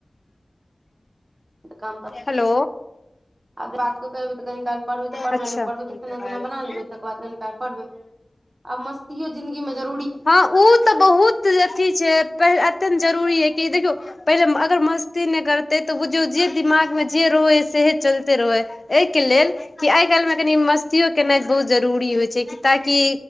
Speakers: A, on the right; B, on the left.
A: त काम
B: हेलो
A: आओर बातो करबय कनी काल पढ़बे त पढ्बे
B: अच्छा
A: नै पढबे त खाना पिना बना लेैबे तकर बाद पढ़बै आब मस्तिये जिन्दगी मे जर
B: हँ ओ तऽ बहुत अथी छै प अत्यं जरूरी है कि देखियौ पहिले अगर मस्ती नहि करतै तऽ बुझियौ जे दिमागमे जे रहै हइ सएहे चलिते रहै एहिके लेल कि आइ काल्हिमे कनि मस्तियो केनाइ बहुत जरूरी होइ छै ताकि